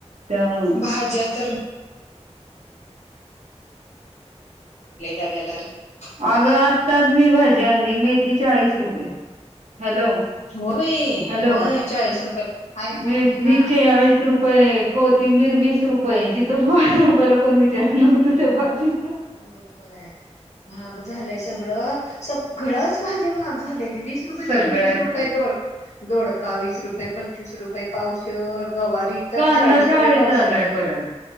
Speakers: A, on the right; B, on the left.
A: त्यामुळ
B: भाज्या तर. डवे्यालरी <unintelligible>
A: अगं आत्ताच मी भाजी आणली, मेथी चाळीस रुपय. हॅलो
B: हो बाई
A: हॅलो
B: होय चाळीस रुपयाला हाय
A: <unintelligible>
B: बोल
A: मेथी
B: की हा
A: चाळीस रुपये होय कोथिंबीर वीस रुपये जिथं पाच रुपयाला कोणी विचारलं नव्हतं ते भाजी.
B: होय महाग झालंय सगळं सगळ्याच भाज्या महाग झाल्यात. वीस रुपये,
A: सगळ्या
B: पंचवीस रुपये
A: सग
B: दोडका वीस रुपये, पंचवीस रुपये पावशेर. गवार तर
A: कांदा
B: चाळीस रुपये पावशेर
A: झालाय
B: आहे.
A: परत